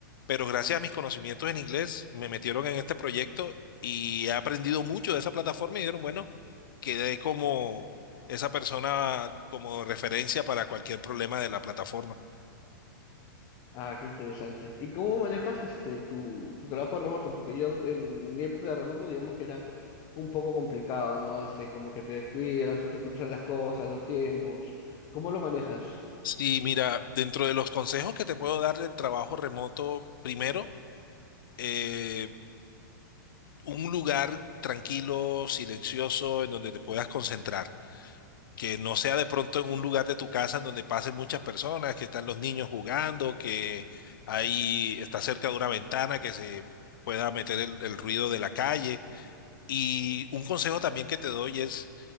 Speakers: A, on the left; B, on the left.
A: pero gracias a mis conocimientos en inglés me metieron en este proyecto y he aprendido mucho de esa plataforma y dijeron, bueno, quedé como esa persona como referencia para cualquier problema de la plataforma.
B: Ah, qué interesante. ¿Y cómo manejas este tu, tu trabajo remoto? Porque yo en mi época de remoto, digamos que era un poco complicado, ¿no? Este, como que te descuidas, se te cruzan las cosas, los tiempos. ¿Cómo lo manejas?
A: Sí, mira, dentro de los consejos que te puedo dar del trabajo remoto, primero, eh, un lugar tranquilo, silencioso, en donde te puedas concentrar. Que no sea de pronto en un lugar de tu casa en donde pasen muchas personas, que están los niños jugando, que ahí está cerca de una ventana que se pueda meter el, el ruido de la calle. Y un consejo también que te doy es